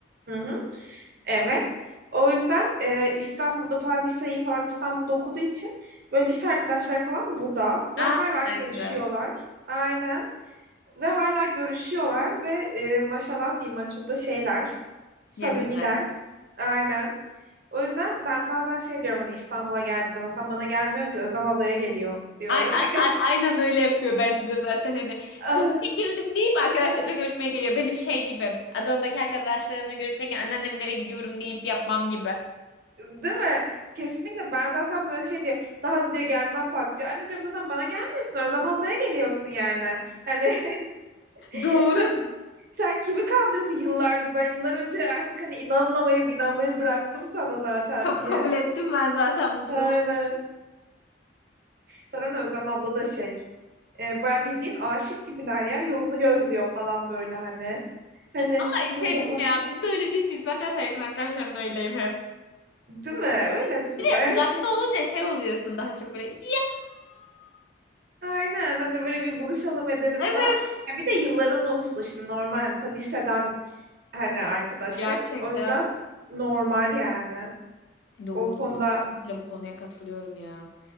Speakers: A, on the right (about 55°); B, on the left (about 75°).
A: Hı hı, evet. O yüzden e, İstanbul'da falan liseyi falan İstanbul'da okuduğu için böyle lise arkadaşlar falan burada ve
B: Aa
A: hala
B: ne kadar
A: görüşüyorlar.
B: güzel.
A: Aynen. Ve hala görüşüyorlar ve e, maşallah diyeyim hani çok da şeyler, samimiler.
B: Yakınlar.
A: Aynen. O yüzden ben bazen şey diyorum hani İstanbul'a geldiği zaman sen bana gelmiyorsun ki Özlem ablaya geliyorsun diyorum.
B: Ay, ay,
A: <laughs>
B: ay- aynen öyle yapıyor bence de zaten hani
A: Ah,
B: sana geliyorum deyip arkadaşlarıyla görüşmeye geliyor. Benim şey gibi Adana'daki arkadaşlarımla görüşecekken anneannemlere gidiyorum deyip yapmam gibi.
A: Değil mi? Kesinlikle ben zaten böyle şey diyor. Daha da diyor gelmem bak diyor. Anne diyorum zaten bana gelmiyorsun Özlem ablaya geliyorsun yani. Hani <laughs>
B: Doğru.
A: sen, sen kimi kandırırsın yıllardır? Ben yıllar önce artık hani inanmamayı inanmayı bıraktım sana zaten
B: Ka-
A: diye.
B: kabul ettim ben zaten bu
A: Aynen.
B: durumu.
A: Zaten Özlem abla da şey. E, baya bildiğin aşık gibiler ya. Yolunu gözlüyor falan böyle hani. Hani
B: Ama şey
A: ne zaman?
B: dedim ya biz de öyle değil miyiz? Ben de mesela yakın arkadaşlarımla öyleyim hep.
A: Değil mi? Öylesin.
B: Bir de
A: Ay,
B: uzakta olunca şey oluyorsun daha çok böyle ya.
A: aynen. Hani böyle bir buluşalım edelim
B: Evet.
A: falan. Ya bir de yılların dostu şimdi normal. Hani ta liseden hani arkadaşın.
B: Gerçekten.
A: O yüzden normal yani.
B: Doğru
A: O konuda
B: doğru kesinlikle bu konuya katılıyorum ya.